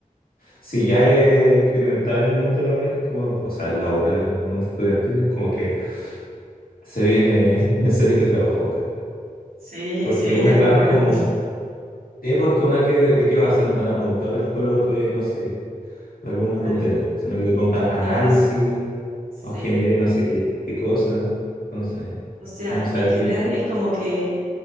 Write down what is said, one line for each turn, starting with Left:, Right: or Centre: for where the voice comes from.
Left: si ya
Right: Raro.
Left: eres experimentado en el mundo laboral, es como, o sea, laboral en el mundo estudiantil, es como que se viene, <laughs> se viene trabajo acá.
Right: Se viene,
Left: Porque
Right: se viene
Left: una,
Right: algo
Left: claro,
Right: raro.
Left: es como, sí, porque una, que, ¿de qué va a hacer? No te van a preguntar el color de, no sé, de alguna
Right: Claro.
Left: tontera, sino que te preguntan análisis
Right: No la vas. Sí.
Left: o genere no sé qué, qué cosa. Entonces,
Right: O sea,
Left: uno sabe
Right: en general
Left: que viene.
Right: es como que